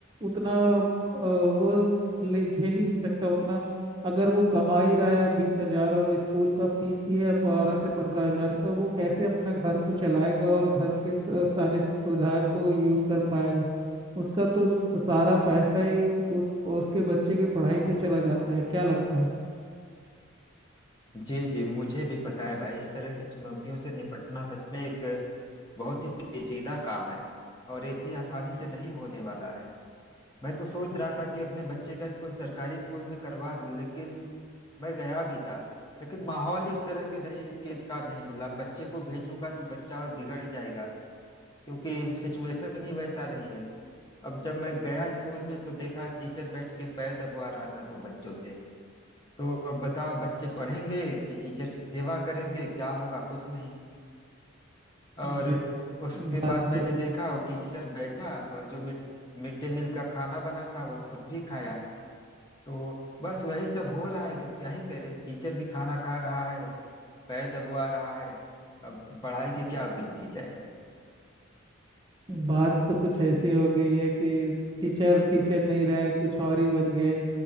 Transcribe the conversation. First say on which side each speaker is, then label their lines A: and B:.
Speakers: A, on the right (about 20°); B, on the left (about 20°).
A: उतना अ, वो ले झेल ही नहीं सकता उतना अगर वो कमा ही रहा है बीस हजार और स्कूल का फीस ही है बारह से पंद्रह हजार तो वो कैसे अपना घर को चलाएगा और घर के स- सारे सुविधाओं को यूज कर पाएगा उसका तो सारा पैसा ही उस उसके बच्चे के पढ़ाई पे चला जाता है क्या लगता है
B: जी जी मुझे भी पता है भाई इस तरह की चुनौतियों से निपटना सच में एक बहुत ही पेचीदा काम है और ये इतनी आसानी से नहीं होने वाला है मैं तो सोच रहा था कि अपने बच्चे का स्कूल सरकारी स्कूल में करवा दूं लेकिन मैं गया भी था लेकिन माहौल इस तरह के नहीं के का नहीं मिला बच्चे को भेजूंगा तो बच्चा और बिगड़ जाएगा क्योंकि सिचुएशन ही वैसा नहीं है अब जब मैं गया स्कूल में तो देखा टीचर बैठ के पैर दबवा रहा था दो बच्चों से तो अब बताओ बच्चे पढ़ेंगे कि टीचर की सेवा करेंगे क्या होगा कुछ नहीं और
A: जी
B: उसके
A: बात
B: बाद मैंने
A: तो
B: देखा वो टीचर बैठा और जो मिड मिड डे मील का खाना बना था वह खुद भी खाया तो बस वही सब हो रहा है अब क्या ही करे टीचर भी खाना खा रहा है पैर दबवा रहा है अब पढ़ाई की क्या उम्मीद की जाए
A: बात तो कुछ ऐसी हो गई है कि टीचर टीचर नहीं रहे कुछ और ही बन गए